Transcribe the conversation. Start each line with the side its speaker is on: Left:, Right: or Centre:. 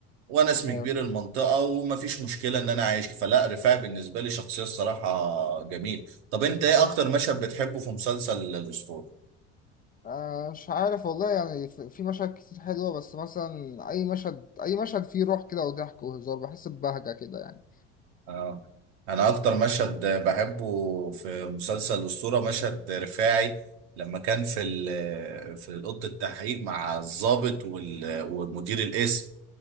Right: وانا اسمي
Left: آه،
Right: كبير المنطقة ومفيش مشكلة ان انا عايش فلا رفاعي بالنسبة لي شخصية الصراحة جميل طب انت ايه
Left: انا
Right: اكتر مشهد بتحبه في مسلسل الاسطورة
Left: آه، مش عارف والله يعني في في مشاهد كتير حلوة بس مثلا اي مشهد اي مشهد فيه روح كده وضحك وهزار بحس ببهجة كده يعني
Right: اه انا اكتر مشهد بحبه في مسلسل الاسطورة مشهد رفاعي لما كان في ال- في اوضه التحقيق مع الضابط وال- ومدير القسم